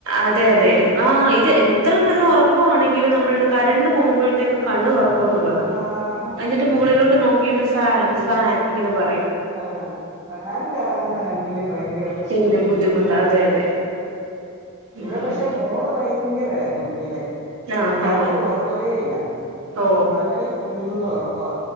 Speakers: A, on the right; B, on the right.
A: അതെ അതെ ആ ഇത് എത്ര നല്ല ഉറക്കമാണെങ്കിലും നമ്മളുടെ കറണ്ട് പോകുമ്പോഴത്തേക്കെ കണ്ണ് തുറക്കും താ
B: ആഹ്
A: എന്നിട്ട് മുകളിലോട്ട് നോക്കിട്ട് ഫാൻ ഫാൻ ഇങ്ങനെ പറയും ഉ
B: ആഹ് ഫാൻ കറങ്ങുന്ന കണ്ടില്ലേ ഭയങ്കര പ്രശ്നം
A: പിന്നെ ബുദ്ധിമുട്ട അതെ അതെ
B: ഇവിടെ
A: ഉം
B: പക്ഷെ മോള് ഭയങ്കരമായിരുന്നു കുഞ്ഞിലെ
A: ആഹാ
B: രാത്രി ഉറക്കവേ ഇല്ല
A: ഓ
B: പകല് ഫുളള് ഉറക്കവാ